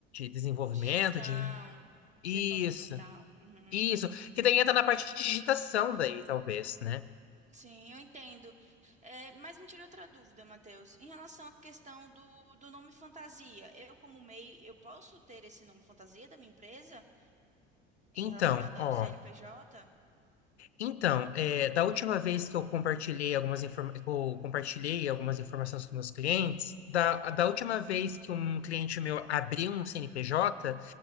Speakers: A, on the left; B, on the right.
A: desenvolvimento,
B: De gestão,
A: de isso,
B: de gestão documental. Uhum.
A: isso, que daí entra na parte de digitação daí, talvez, né?
B: Sim, eu entendo. É, mas me tirou outra dúvida, Matheus. Em relação à questão do, do nome fantasia, eu, como MEI, eu posso ter esse nome fantasia da minha empresa em
A: Então,
B: relacionado
A: ó.
B: ao CNPJ?
A: Então, é, da última vez que eu compartilhei algumas, informa que eu compartilhei algumas informações com meus clientes, da, da última vez que um cliente meu abriu um CNPJ,